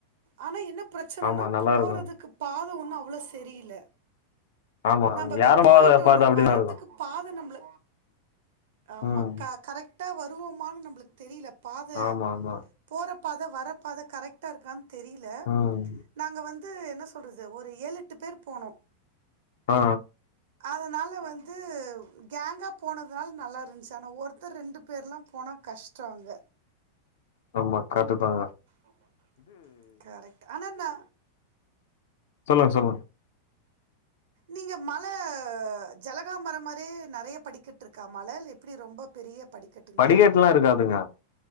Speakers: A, on the right; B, on the left.
A: ஆனா என்ன பிரச்சனன்னா
B: ஆமா நல்லா
A: போறதுக்கு
B: இருக்கு
A: பாத ஒன்னு அவ்வளோ சரியில்ல
B: ஆமா
A: நாம இப்ப
B: யாரும்
A: போயிட்டோம்னா
B: போகாத பாதை அப்டிதா
A: வரத்துக்கு
B: இருக்கு
A: பாத நம்ல ஆமா
B: ம்
A: கர கரெக்ட் டா வருவோமான்னு நம்மளுக்கு தெரியல பாத
B: ஆமா ஆமா
A: போற பாத வர பாத கரெக்ட்டா இருக்கான் தெரியல
B: ம்
A: நாங்க வந்து என்ன சொல்றது ஒரு ஏழு எட்டு பேர் போனோ
B: ஆ
A: அதனால வந்து கேங்கா போனதுனால நல்லா இருந்துச்சு ஆனா ஒருத்தர் ரெண்டு பேர்லா போனா கஷ்டோ அங்க
B: ஆமா கரெட்டு தாங்க
A: ஆமா கரெக்ட் தாங்க கரெக்ட் ஆனா நா
B: சொல்லுங்க சொல்லுங்
A: நீங்க மல ஜலகாம்பரம் மாதிரி நிறைய படிக்கட்டு இருக்கா மல எப்படி ரொம்ப பெரிய படிக்கட்டுங்களா
B: படிக்கட்டு எல்லா இருக்காதுங்க